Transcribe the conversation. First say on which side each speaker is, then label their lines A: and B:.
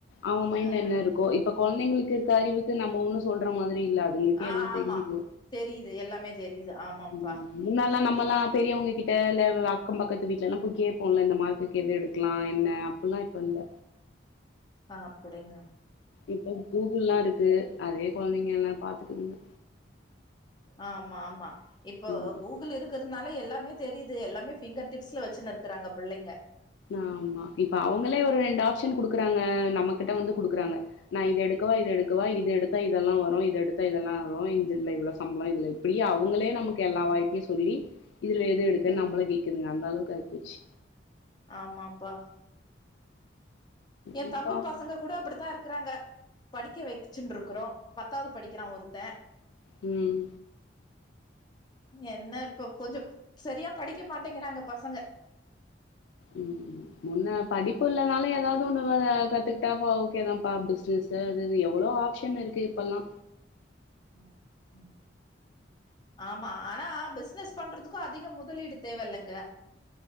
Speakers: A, on the left; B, on the left.
A: அவன் மைண்ட்ல
B: ம்
A: என்ன
B: ம்
A: இருக்கோ இப்ப கொழந்தைங்களுக்கு இருக்க அறிவுக்கு நம்ம ஒன்னு சொல்ற மாரி இல்ல அதுங்களுக்கே
B: ஆ
A: எல்லாம்
B: ஆமா
A: தெரியுது
B: தெரியுது எல்லாமே தெரியுது ஆமாம்பா
A: ம் முன் னா நம்ம எல்லா பெரியவங்ககிட்ட இல்ல அக்கம் பக்கத்து வீட்ல எல்லாம் போய் கேப்போம்ல இந்த மார்க்குக்கு எது எடுக்கலா என்ன அப்பெல்லா இப்ப இல்ல
B: ஆ அப்படிங்க
A: இப்போ கூகுள்லா இருக்கு அதே கொழந்தைங்க எல்லா பாத்துக்குங்க
B: ஆமா ஆமா இப்போ
A: ம்
B: கூகுள் இருக்கறதுனால எல்லா மே தெரியுது எல்லாமே பிங்கர் டிப்ஸ்ல வெச்சுனு இருக்குறாங்க பிள்ளைங்க
A: ஆமா இப்ப அவங்களே ஒரு ரெண்டு ஆப்ஷன் குடுக்குறாங்க நம்ம கிட்ட வந்து குடுக்குறாங்க நா இத எடுக் கவ இது எடுக்கவா இது எடுத்தா இதெல்லா வரோ இது எடுத்த இதெல்லா வரோ இதுல இவ்ளோ சம்பளோ இதுல இப்டி அவுங்களே நா நமக்கு எல்லா வாய்ப்பயு சொல்லி இதுல எத எடுக்கன்னு
B: ம்
A: நம்மள கேட்க்குதுங்க அந்த அளவுக்கு ஆயிப்போச்சி
B: ஆமாம்பா எயா
A: ம்
B: தம்பி
A: பாப்போ
B: பசங்க கூட அப்டித்தா இரு ருக்குறாங்க படிக்க வெச்சுட்ன்டு இருக்குறோ பத்தாவது படிக்கிறா ஒருத்தே
A: ம்
B: என்ன இப்ப கொஞ்சோ செரியா படிக்க மாட்டேங்கிறாங்க பசங்க
A: ம் முன்ன படிப்பு இல்லனாலு ஏதாவது ஒன்னு வ வ கத்துக்கிட்டாப்பா ஓகே தா பா பிஸ்ன ஸ் அது இது எவ்ளோ ஆப்ஷன் இருக்கு இப்பல்லா
B: ம், ம். ஆமா ஆனா பிசினஸ் பண்றதுக்கும் அதிக முதலீடு தேவ இல்லங்க